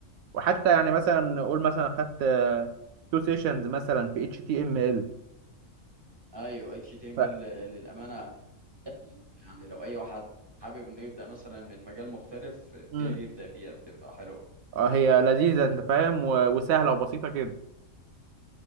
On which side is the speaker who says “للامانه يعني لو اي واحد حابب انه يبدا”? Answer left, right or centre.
Right